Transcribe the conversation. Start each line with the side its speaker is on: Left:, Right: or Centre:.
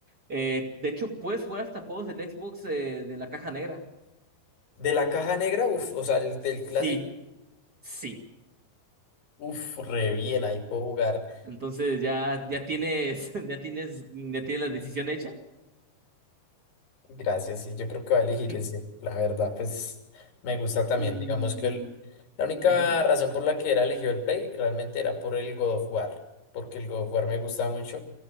Right: Eh, de hecho, puedes jugar hasta juegos del Xbox eh, de la caja negra.
Left: De la caja negra, uff, o sea, el,
Right: Sí,
Left: del clásico,
Right: sí.
Left: uff, re bien, ahí puedo jugar.
Right: Entonces ya, ya tienes, <laughs> ya tienes, ya tienes la decisión hecha.
Left: Gracias, y yo creo que va a elegir
Right: <laughs>
Left: ese. La verdad, pues me gusta también.
Right: Y
Left: Digamos que el- la única
Right: ujú,
Left: razón por la que era elegido el Play realmente era por el God of War, porque el God of War me gusta mucho